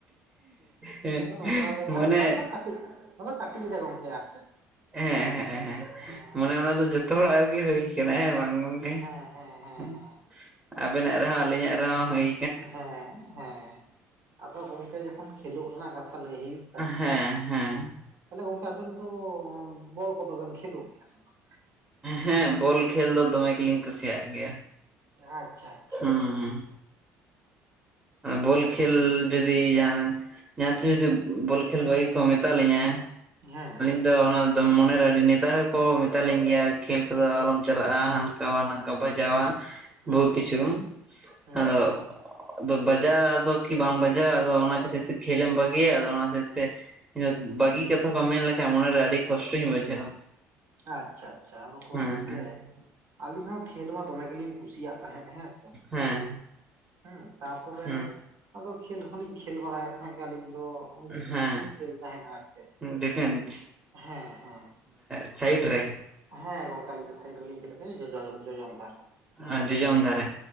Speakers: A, on the right; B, on the right.
A: ᱦᱮᱸ
B: ᱟᱫᱚ ᱱᱚᱝᱠᱟ ᱠᱟᱛᱮ ᱜᱮ ᱦᱟᱸᱜ
A: ᱢᱟᱱᱮ
B: ᱠᱟᱹᱴᱱᱟ ᱠᱟ. ᱴᱤᱡ ᱱᱚᱣᱟ ᱫᱚ ᱠᱟᱹᱴᱤᱡ ᱨᱮ ᱜᱚᱝᱠᱮ ᱟᱨ ᱪᱮᱫ
A: ᱦᱮᱸ ᱦᱮᱸ ᱦᱮᱸ
B: ᱦᱮᱸ
A: ᱢᱟᱱᱮ ᱚᱱᱟ ᱫᱚ ᱡᱷᱚᱛᱚ ᱦᱚᱲᱟᱜ ᱨᱮᱜᱮ ᱦᱳᱭ ᱠᱟᱱᱟ ᱦᱮᱸ ᱵᱟᱝ ᱜᱚᱝ᱾ ᱠᱮ
B: ᱦᱮᱸ ᱦᱮᱸ ᱦᱮᱸ ᱦᱮᱸ
A: <inaudible>
B: ᱦᱮᱸ
A: ᱟᱵᱤᱱᱟᱜ ᱨᱮᱦᱚᱸ ᱟᱹᱞᱤᱧᱟᱜ ᱨᱮᱦᱚᱸ ᱦᱳᱭ᱾
B: ᱦᱮᱸ ᱦᱮᱸ ᱾ᱟᱫᱚ ᱜᱚᱝᱠᱮ ᱡᱚᱠᱷᱚᱱ ᱠᱷᱮᱞᱳᱜ ᱨᱮᱱᱟᱜ ᱠᱟᱛᱷᱟ ᱞᱟᱹᱭ ᱦᱩᱭᱩᱜ
A: ᱦᱮᱸ ᱦᱮᱸ᱾
B: ᱛᱟᱦᱞᱮ ᱜᱚᱝᱠᱮ ᱟᱵᱮᱱ ᱫᱚ ᱵᱚᱞ ᱠᱚᱫᱚ ᱵᱮᱱ ᱠᱷᱮᱞᱳᱜ ᱜᱮᱭᱟ ᱥᱮ ᱵᱟᱝ?
A: ᱦᱮᱸ ᱵᱚᱞ ᱠᱷᱮᱞ ᱫᱚ ᱫᱚᱢᱮ ᱜᱮᱞᱤᱧ ᱠᱩᱥᱤᱭᱟᱜ ᱜᱮᱭᱟ᱾
B: ᱟᱪᱪᱷᱟ ᱟᱪᱪᱷᱟ
A: ᱦᱩᱸ
B: ᱟᱪᱪᱷᱟ᱾
A: ᱵᱚᱞ ᱠᱷᱮᱞ ᱡᱩᱫᱤ ᱧᱟᱢᱮᱱ ᱡᱟᱦᱟᱸ ᱛᱤᱥ ᱡᱩᱫᱤ ᱵᱚᱞ ᱠᱷᱮᱞ ᱵᱟᱹᱜᱤ ᱠᱚ ᱢᱮᱛᱟ ᱞᱤᱧᱟ
B: ᱦᱮᱸ᱾
A: ᱫᱚ ᱚᱱᱟ ᱫᱚ ᱢᱚᱱᱮ ᱨᱮ ᱟᱹᱰᱤ ᱱᱮᱛᱟᱨ ᱦᱚᱸᱠᱚ ᱢᱮᱛᱟᱞᱤᱧ ᱜᱮᱭᱟ ᱠᱷᱮᱞ ᱠᱚᱫᱚ ᱟᱞᱚᱢ ᱪᱟᱞᱟᱜᱼᱟ᱾ ᱦᱟᱱ ᱠᱟᱣᱟ ᱱᱟᱝᱠᱟ ᱵᱟᱡᱟᱣᱟ
B: ᱦᱩᱸ
A: ᱵᱚᱦᱩ ᱠᱤᱪᱷᱩ
B: ᱦᱩᱸ ᱦᱩᱸ
A: ᱟᱫᱚ ᱟᱫᱚ ᱵᱟᱡᱟᱣ ᱟᱫᱚ ᱠᱤ ᱵᱟᱝ ᱵᱟᱡᱟᱣᱼᱟ ᱟᱫᱚ ᱚᱱᱟ ᱠᱷᱟᱹᱛᱤᱨ ᱛᱮ ᱠᱷᱮᱞ ᱮᱢ ᱵᱟᱹᱜᱤᱭᱟ ᱟᱫᱚ ᱚᱱᱟ ᱠᱷᱟᱹᱛᱤᱨ ᱛᱮ ᱤᱧ ᱫᱚ ᱵᱟᱹᱜᱤ ᱠᱟᱛᱷᱟ ᱠᱚ ᱢᱮᱱ ᱞᱮᱠᱷᱟᱱ ᱢᱚᱱᱮᱨᱮ ᱟᱹᱰᱤ ᱠᱚᱥᱴᱚᱧ ᱵᱩᱡᱷᱟᱹᱣᱟ᱾
B: ᱟᱪᱪᱷᱟ ᱟᱪᱪᱷᱟ ᱟᱞᱚᱠᱚ
A: ᱦᱮᱸ
B: ᱜᱚᱝᱠᱮ
A: ᱦᱮᱸ
B: ᱟᱹᱞᱤᱧ ᱦᱚᱸ ᱠᱷᱮᱞ ᱢᱟ ᱫᱚᱢᱮ ᱜᱮᱞᱤᱧ ᱠᱩᱥᱤᱭᱟᱜ ᱛᱟᱦᱮᱸᱫ᱾ ᱦᱮᱸ ᱥᱮ,
A: ᱦᱮᱸ
B: ᱦᱩᱸ ᱛᱟᱯᱚᱨᱮ
A: ᱦᱮᱸ
B: ᱟᱫᱚ ᱠᱷᱮᱞ ᱦᱚᱞᱤᱧ ᱠᱷᱮᱞ ᱵᱟᱲᱟᱭᱮᱫ ᱛᱟᱦᱮᱸᱫ ᱜᱮ ᱟᱹᱞᱤᱧ ᱛᱚ ᱩᱰᱤ ᱠᱷᱟᱥ
A: ᱦᱮᱸ ᱦᱮᱸ
B: ᱞᱤᱧ ᱠᱷᱮᱞ ᱛᱟᱸᱦᱮᱫ ᱟᱨ ᱪᱮᱫ
A: ᱰᱤᱯᱷᱮᱱᱥ
B: ᱦᱮᱸ ᱦᱮᱸ᱾
A: ᱥᱟᱭᱤᱴ ᱨᱮ?
B: ᱦᱮᱸ ᱜᱚᱝᱠᱮ ᱟᱹᱞᱤᱧ ᱫᱚ ᱥᱟᱭᱤᱴ ᱨᱮᱞᱤᱧ ᱠᱷᱮᱞᱮᱫ ᱛᱟᱦᱮᱸ ᱡᱚᱡᱚᱢ ᱡᱚᱡᱚᱢ ᱫᱷᱟᱨᱮ ᱾
A: ᱟᱸ ᱡᱚᱡᱚᱢ ᱫᱷᱟᱨᱮ᱾